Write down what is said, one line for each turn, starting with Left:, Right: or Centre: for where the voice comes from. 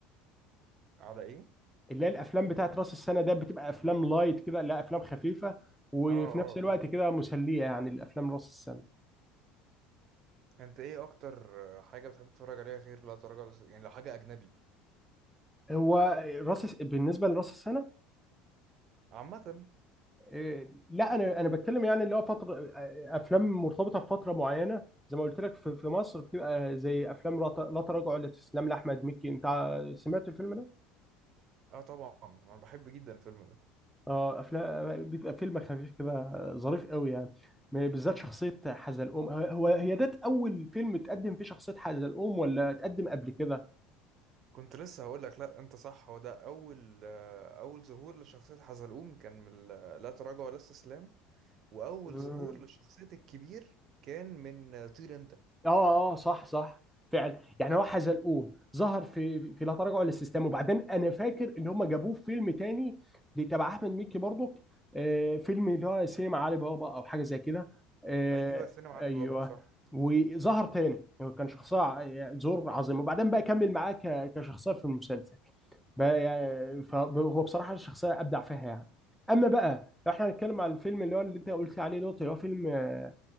Right: على ايه
Centre: اللي هي الافلام بتاعت راس السنه ده بتبقى افلام لايت كده لا افلام خفيفه وفي
Right: اه اه
Centre: نفس الوقت
Right: اه
Centre: كده مسليه يعني الافلام راس السنه
Right: انت ايه اكتر آه، حاجة بتحب تتفرج عليها غير لا تراجع ولا س- يعني لو حاجة اجنبي
Centre: هو راس الس- بالنسبه لراس السنه
Right: عامة
Centre: إيه، لا انا انا بتكلم يعني اللي هو فتره آه، افلام مرتبطه بفتره معينه زي ما قلت لك في في مصر بتبقى زي افلام لا ت- لا تراجع ولا استسلام لاحمد مكي انت سمعت الفيلم ده
Right: اه طبعا انا بحب جدا الفيلم ده
Centre: اه افلام بيبقى فيلم خفيف كده ظريف قوي يعني ما- بالذات شخصية حزلقوم هو هي ده أول فيلم تقدم فيه شخصية حزلقوم ولا تقدم قبل كده؟
Right: كنت لسه هقول لك لا انت صح هو ده اول آه، اول ظهور لشخصيه حزلقوم كان من ال- لا تراجع ولا استسلام واول
Centre: مم.
Right: ظهور لشخصيه الكبير كان من آه، طير انت
Centre: اه اه آه، صح صح فعلا يعني هو حزلقوم ظهر في في لا تراجع ولا استسلام وبعدين انا فاكر ان هم جابوه في فيلم تاني ل- تبع احمد مكي برضك آه فيلم اللي هو سينما علي بابا او حاجه زي كده آه
Right: ايوه سينما
Centre: ايوه
Right: علي بابا صح
Centre: وظهر تاني يعني كان شخصيه ع- يعني زور عظيم وبعدين بقى كمل معاه ك- كشخصيه في المسلسل بقى يعني فهو بصراحه الشخصيه ابدع فيها يعني اما بقى لو احنا هنتكلم على الفيلم اللي هو اللي انت قلت عليه دوت اللي هو فيلم آه،